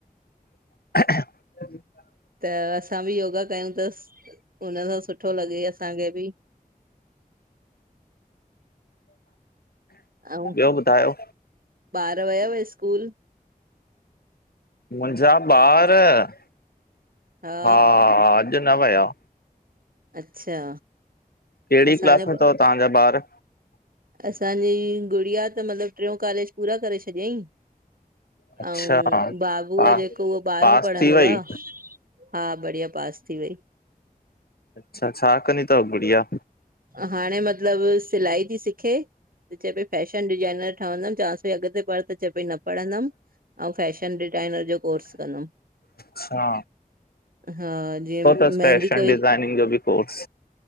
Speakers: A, on the left; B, on the right.
A: <inaudible>
B: त असां बि योगा कयूं अथस हुन सां सुठो लॻे असांखे बि। अऊं,
A: ॿियो ॿुधायो
B: ॿार विया स्कूल?
A: मुंहिंजा ॿार हा,
B: हा
A: अॼु न विया।
B: अच्छा।
A: केड़ी
B: असांजो
A: क्लास में अथव तव्हांजा ॿार?
B: असांजी ॻुड़िया त मतिलबु ट्रेयों कॉलेज़ पूरा करे छॾियईं
A: अच्छा
B: ऐं बाबू
A: पा
B: आहे जेको उहो ॿारहों
A: पास
B: पढ़ंदो
A: थी वई
B: आहे। हा, बढ़िया पास थी वई।
A: अच्छा, छा कंदी अथव ॻुॾिया?
B: हाणे मतिलबु सिलाई थी सिखे त चए पई फैशन डिज़ाइन डिज़ाइनर ठवंदम च्वांस पई अॻिते पढ़ त चय पई न पढ़ंदम आऊं फैशन डिजाइनर जो कोर्स कंदमि।
A: अच्छा
B: हा, जीअं
A: सुठो अथसि
B: मेहंदी
A: फैशन
B: कोई,
A: डिज़ाइनिंग जो बि कोर्स